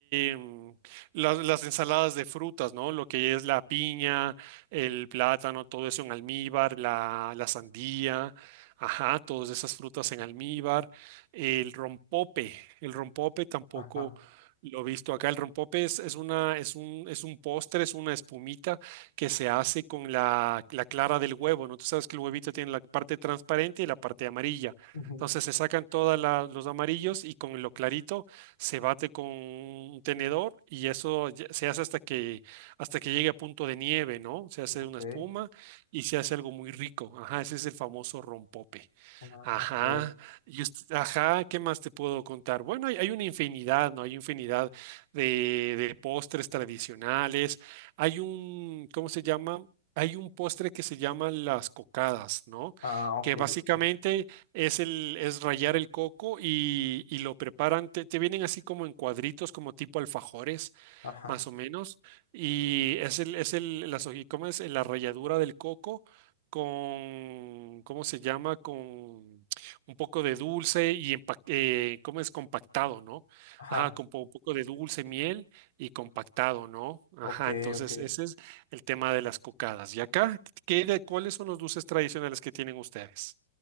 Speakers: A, on the right; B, on the left.
A: em, las, las ensaladas de frutas, ¿no? Lo que es la piña, el plátano, todo eso en almíbar, la, la sandía, ajá, todas esas frutas en almíbar, el rompope, el rompope tampoco.
B: ajá,
A: Lo he visto acá, el rompope es, es una, es un, es un postre, es una espumita que se hace con la, la clara del huevo, ¿no? Tú sabes que el huevito tiene la parte transparente y la parte amarilla.
B: ujú,
A: Entonces se sacan todos los amarillos y con lo clarito se bate con un tenedor y eso ya- se hace hasta que, hasta que llegue a punto de nieve, ¿no? Se hace
B: ok,
A: una espuma y se hace algo muy rico. Ajá, ese es el famoso rompope.
B: ah,
A: Ajá,
B: ok.
A: y ust- ajá, ¿qué más te puedo contar? Bueno, hay, hay una infinidad, ¿no? Hay infinidad de, de postres tradicionales. Hay un, ¿cómo se llama? Hay un postre que se llama las cocadas, ¿no?
B: Ah, ok.
A: Que básicamente
B: Ajá,
A: es el, es rallar el coco y, y lo preparan, te, te vienen así como en cuadritos, como tipo alfajores,
B: ajá,
A: más o menos, y es el, es el, las hoji- ¿cómo es? La ralladura del coco con, ¿cómo se llama? Con un poco de dulce y empa- eh, ¿cómo es? Compactado, ¿no?
B: ajá,
A: Ajá, con po- un poco de dulce, miel y compactado, ¿no? Ajá,
B: ok,
A: entonces
B: ok.
A: ese es el tema de las cocadas. ¿Y acá qué de cuáles son los dulces tradicionales que tienen ustedes?